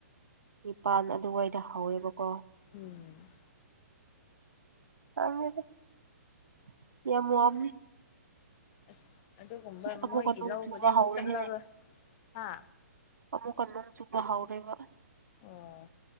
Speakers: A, on the right; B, on the left.
A: ꯅꯤꯄꯥꯜ ꯑꯗꯨꯋꯥꯏꯗ ꯍꯧꯋꯦꯕꯀꯣ
B: ꯎꯝ
A: ꯌꯥꯝꯃꯤꯗ <unintelligible> ꯌꯥꯝ ꯌꯥꯝꯃꯤ
B: ꯑꯁ ꯑꯗꯨꯒꯨꯝꯕ
A: ꯑꯁ ꯑꯃꯨꯛꯀ
B: ꯃꯣꯏꯒꯤ
A: ꯅꯣꯡ
B: ꯂꯧꯕꯗꯤ
A: ꯆꯨꯕ
B: ꯑꯃꯨꯛ
A: ꯍꯧꯔꯦꯍꯦ
B: ꯆꯠꯂꯔꯣꯏ ꯍꯥ
A: ꯑꯃꯨꯛꯀꯥ ꯅꯣꯡ ꯆꯨꯕ ꯍꯧꯔꯦꯕ
B: ꯑꯣ